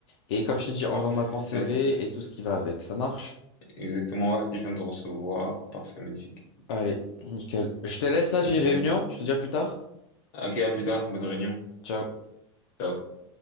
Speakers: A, on the left; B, on the left.
A: Et comme je t'ai dit, envoie-moi
B: Parfait.
A: ton CV et tout ce qui va avec. Ça marche?
B: Exactement, ouais. Je viens de recevoir. Parfait, magnifique.
A: Allez, nickel. Je te laisse là,
B: Nickel.
A: j'ai réunion. Je te dis à plus tard.
B: Ok, à plus tard. Bonne réunion.
A: Ciao.
B: Ciao.